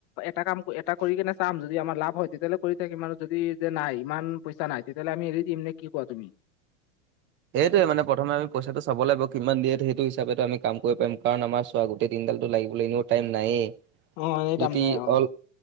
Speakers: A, on the left (about 50°); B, on the right (about 30°).
A: এটা কাম এটা কৰি কিনে চাম যদি আমাৰ লাভ হয় তেতিয়াহ'লে কৰি থাকিম আৰু যদি যে নাই ইমান পইচা নাই তেতিয়াহ'লে আমি এৰি দিম নে কি কোৱা তুমি?
B: সেইটোৱে মানে প্ৰথম আমি পইচাটো চাব লাগিব কিমান দিয়ে সেইটো হিচাপেতো আমি কাম কৰিম কাৰণ আমাৰ গোতেই দিনডাল টো লাগিবলৈ এনেও টাইম নায়েই
A: অ এনেই তাৰমানে
B: যদি
A: অ
B: অল